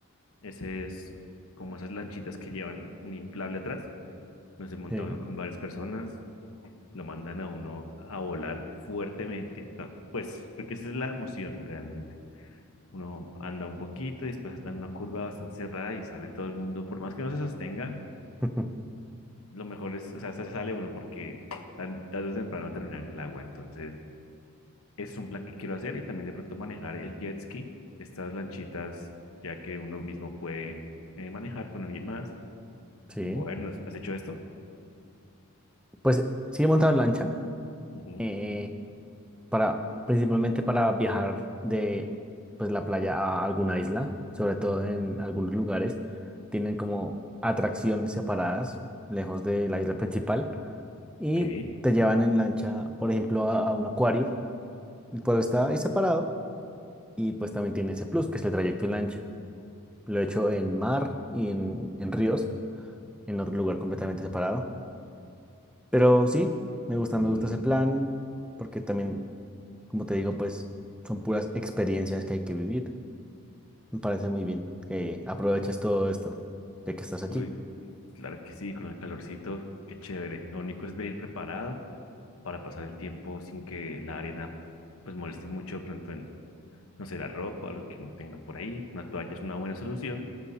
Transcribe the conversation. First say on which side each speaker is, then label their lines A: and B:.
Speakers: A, on the left (about 70°); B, in the centre.
A: ese es como esas lanchitas que llevan un inflable atrás. Nos se monta
B: Sí.
A: uno con varias personas lo mandan a uno a volar fuertemente. Ah, Pues creo que esa es la emoción realmente. Uno anda un poquito y después está en una curva bastante cerrada y sale todo el mundo. Por más que no se sostenga,
B: <laughs>
A: lo mejor es, o sea, se sale uno porque tan- tarde o temprano va a terminar en el agua. Entonces, es un plan que quiero hacer y también de pronto manejar el jet ski, estas lanchitas, ya que uno mismo puede eh, manejar con alguien más
B: Sí,
A: y movernos. ¿Has hecho esto?
B: pues sí he montado en lancha
A: Ujú.
B: eh, para principalmente para viajar de pues la playa a alguna isla, sobre todo en algunos lugares tienen como atracciones separadas lejos de la isla principal y
A: Ok.
B: te llevan en lancha, por ejemplo, a, a un acuario, el cual está ahí separado y pues también tiene ese plus que es el trayecto en lancha. Lo he hecho en mar y en, en ríos, en otro lugar completamente separado, pero sí, me gusta,
A: Mm.
B: me gusta ese plan porque también Como te digo, pues son puras experiencias que hay que vivir. Me parece muy bien que aproveches todo esto, ya que estás
A: Uy,
B: allí.
A: Claro que sí, con el calorcito, qué chévere. Lo único es venir preparado para pasar el tiempo sin que la arena pues moleste mucho de pronto en, no sé, la ropa o lo que uno tenga por ahí. Una toalla es una buena solución,